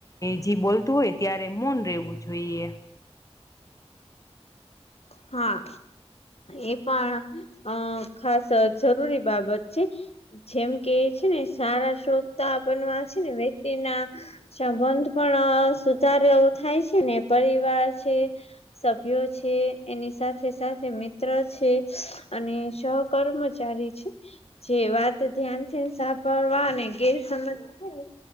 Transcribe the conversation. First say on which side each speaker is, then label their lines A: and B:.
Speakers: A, on the left (about 30°); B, on the left (about 65°).
A: જે બોલતું હોય ત્યારે મોન રેહવું જોઈએ.
B: હા. એ પણ અ ખાસ જરૂરી બાબત છે. જેમ કે છે ને સારા શ્રોતતા બનવા છે ને વ્યક્તિના સંબંધ પણ સુધારે એવુ થાય છે ને પરિવાર છે. સભ્યો છે. એની સાથે -સાથે મિત્ર છે અને સહ કર્મચારી છે. જે વાત ધ્યાનથી સાંભાળવા અને ગેર સમજ હોય ને